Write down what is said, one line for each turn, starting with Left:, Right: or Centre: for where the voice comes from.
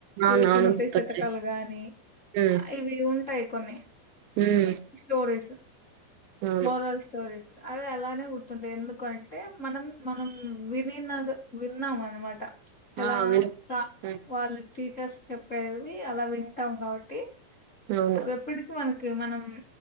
Right: అవునవును
Left: ఇవి సుమతి
Right: గుర్తొచ్చాయి
Left: శతకలు గాని
Right: ఉమ్
Left: ఇవి ఉంటయి. కొన్ని
Right: ఉమ్
Left: స్టోరిస్
Right: అవును
Left: మోరల్స్ స్టోరీస్ అవి అలానే గుర్తుంటయి, ఎందుకంటే మనం మనం వినినగు విన్నాం అన్నమాట ఎలా
Right: ఆ విను
Left: వ
Right: ఉమ్,
Left: వాళ్ళ్ టీచర్స్ చెప్పేవి అలా వింటం కాబట్టి,
Right: అవును
Left: అవి ఎప్పుటికి మనక్ కి మనం